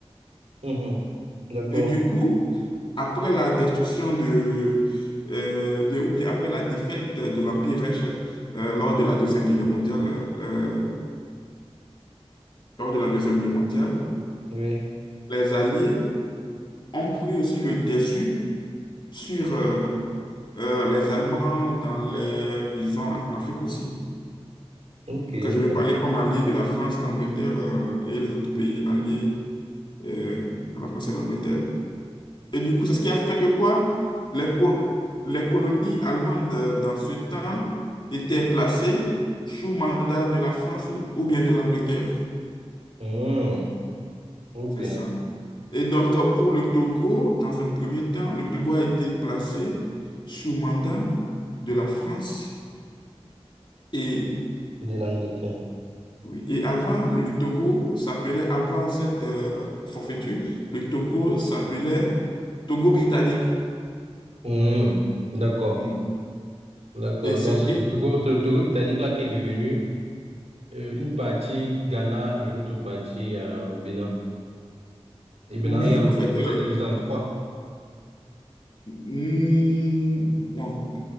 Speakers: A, on the right; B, on the left.
A: Mhm. D'accord.
B: Et du coup, après la destruction de, euh, bien, ou bien après la défaite de l'Empire Reich euh, lors de la Deuxième Guerre mondiale, euh, lors de la Deuxième Guerre mondiale,
A: Oui.
B: les Alliés ont pris aussi le dessus sur euh, euh, les Allemands dans les, disons, en Afrique aussi.
A: Ok.
B: Donc, je vais
A: com-
B: parler comme allié de la France, l'Angleterre euh, et les autres pays alliés euh, à la France et à l'Angleterre. Et du coup, c'est ce qui a fait que quoi? Les, co- les colonies allemandes euh, dans ce temps étaient placées sous mandat de la France ou, ou bien de l'Angleterre.
A: Hmm. Ok.
B: C'est ça. Et donc, euh, pour le Togo, dans un premier temps, le Togo a été placé sous mandat de la France. Et,
A: De l'Angleterre.
B: oui, et avant, le Togo s'appelait, avant cette euh, forfaiture, le Togo s'appelait Togo britannique.
A: Hmm. D'accord.
B: Mm.
A: D'accord.
B: Et c'était,
A: Donc, c'est le Togo, c'est le Togo britannique là qui est devenu euh, une partie Ghana et l'autre partie euh, Bénin. Et maintenant,
B: oui,
A: il y a le
B: en
A: Togo.
B: fait, euh,
A: C'est divisé en trois.
B: mm, bon,